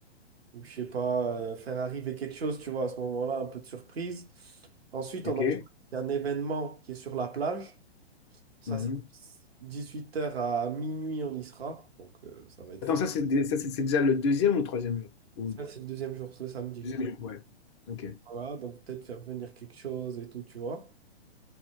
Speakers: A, on the right; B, on the left.
A: ou je sais pas, euh, faire arriver quelque chose, tu vois, à ce moment-là, un peu de surprise. Ensuite,
B: Ok.
A: on enchaîne avec un événement qui est sur la plage. Ça,
B: Mhm.
A: c'est huit heures à minuit, on y sera. Donc, euh, ça va être
B: Attends,
A: facile.
B: ça, c'est dé- ça, c'est c'est déjà le deuxième ou le troisième jour? Ou...
A: Ça, c'est le deuxième jour, le samedi.
B: Deuxième jour, ouais. Ok.
A: Voilà, donc peut-être faire venir quelque chose et tout, tu vois.